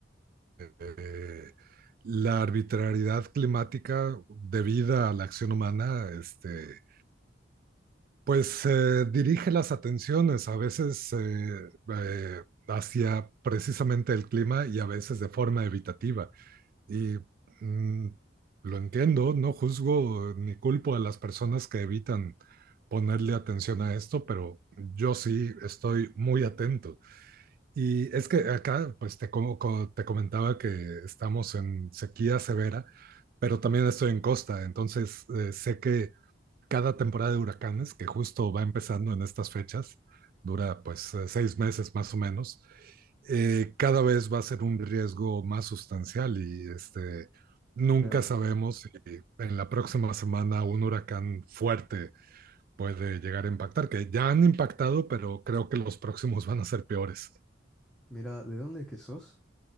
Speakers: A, on the right; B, in the centre.
A: eh, la arbitrariedad climática debida a la acción humana, este, pues eh, dirige las atenciones a veces eh, eh, hacia precisamente el clima y a veces de forma evitativa. Y mm, lo entiendo, no juzgo ni culpo a las personas que evitan ponerle atención a esto, pero yo sí estoy muy atento. Y es que acá, pues te, co- co- te comentaba que estamos en sequía severa, pero también estoy en costa, entonces eh, sé que cada temporada de huracanes, que justo va empezando en estas fechas, dura pues eh, seis meses más o menos, eh, cada vez va a ser un riesgo más sustancial y este, nunca
B: Claro.
A: sabemos si en la próxima semana un huracán fuerte puede llegar a impactar, que ya han impactado, pero creo que los próximos van a ser peores.
B: Mira, ¿de dónde es que sos?